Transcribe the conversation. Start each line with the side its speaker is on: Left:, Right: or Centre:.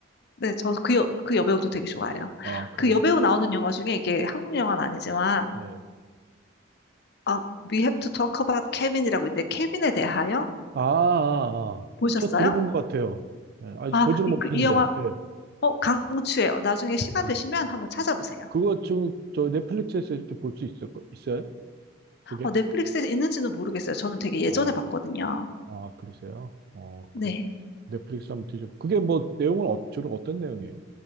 Left: 네, 저도 그, 여, 그 여배우도 되게 좋아해요.
Right: 아, 그래요?
Left: 그 여배우 나오는 영화 중에 이게 한국 영화는 아니지만,
Right: 네.
Left: 아, We Have to Talk About Kevin이라고 있는데, 케빈에 대하여
Right: 아, 아,
Left: 보셨어요?
Right: 아. 저 들어본 것 같아요. 예, 아직
Left: 아,
Right: 보지는
Left: 이,
Right: 못했는데,
Left: 그- 이 영화,
Right: 예.
Left: 어, 강추해요. 나중에 시간
Right: 아,
Left: 되시면 한번 찾아보세요.
Right: 그거 지금 저 넷플릭스에서 이렇게 볼 수 있을 거, 있어요? 그게?
Left: 어, 넷플릭스에 있는지는 모르겠어요. 저는 되게 예전에
Right: 아,
Left: 봤거든요.
Right: 아, 그러세요? 어,
Left: 네.
Right: 그, 넷플릭스 한번 뒤져. 그게 뭐, 내용은 어, 주로 어떤 내용이에요?